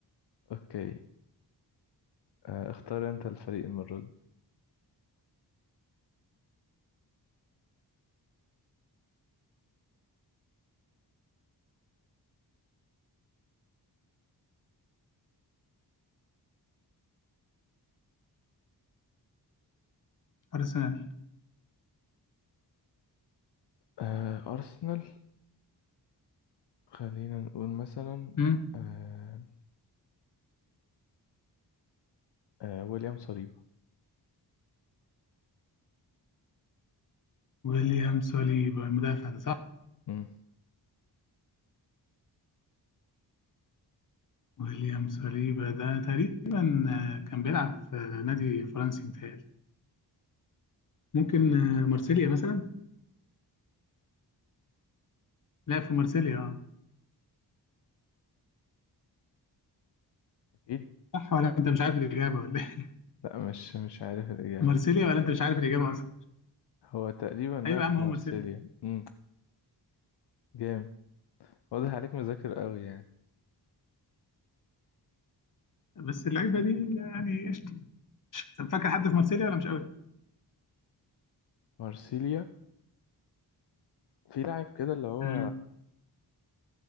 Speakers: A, on the left (about 75°); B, on the left (about 50°).
A: اوكي آه، اختار انت الفريق المرة دي
B: أرسنال
A: آه، ارسنال خلينا نقول مثلا
B: مم.
A: آه، آه، ويليام صليبا
B: ويليام سوليبا المدافع ده صح؟
A: مم.
B: ويليام ساليبا ده تقريبا آه، كان بيلعب في نادي فرنسي متهيألي ممكن آه، مارسيليا مثلا لعب في مارسيليا اه
A: اكيد
B: صح ولا انت مش عارف الاجابه ولا ايه
A: لا مش مش عارف الاجابة
B: <laughs> مارسيليا ولا انت مش عارف الاجابه اصلا
A: هو تقريبا لعب
B: ايوه يا
A: في
B: عم هو
A: مارسيليا
B: مارسيليا
A: مم. جامد واضح عليك مذاكر قوي يعني
B: بس اللعيبه دي يعني قشطه طب فاكر حد في مارسيليا ولا مش قوي
A: مارسيليا في لاعب كده اللي هو
B: مم.